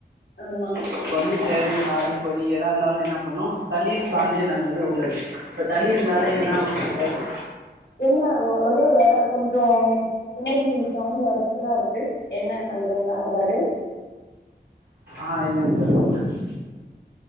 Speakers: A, on the left (about 80°); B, on the right (about 85°).
A: ஆமா
B: இப்ப வந்து செரி மரம் கொடி ஏதா இந்தாலு என்னா பண்ணு தண்ணீர
A: ஆ
B: சாந்தே நம்ம இது உள்ளது தண்ணிர் இல்லாத என் ஆவு
A: என்ன ஆவு அது வேற கொஞ்சோ பினாடி சவுண்டு வேற சுலா ருக்கு என்ன பண்றீங்களா பட்டே
B: ஆ இல்லங் <unintelligible>